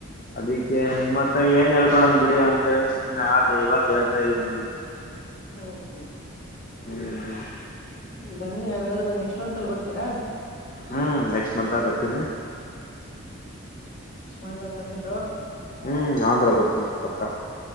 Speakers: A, on the left; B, on the left.
A: ಅದಿಕ್ಕೆ ನಿಮ್ಮ ಹತ್ರ ಏನ ಹೇಳ್ಕೊಳದ ಬಿಡಿ ಅಂತೇಳಿ ಸುಮ್ನೆ ಆದೆ ಇವತ್ತು ಹೇಳ್ತಾ ಇದೀನಿ ನೋಡಿ
B: ಹು ಹು
A: ಹು ಹು
B: ಬನ್ನಿ ಹಾಗಾದ್ರೆ ನೆಕ್ಸ್ಟ್ ಮಂತ್ ಅಲ್ಲಿ ಬರ್ತೀರಾ
A: ಹು ನೆಕ್ಸ್ಟ್ ಮಂತ್ ಬರ್ತೀನಿ
B: ಮಿಸ ಮಾಡ್ದಂಗ ಬನ್ನಿ ಬ್ರೋ
A: ಹು ಹಾ ಬ್ರೋ ಬರ್ತೇನಿ ಪಕ್ಕಾ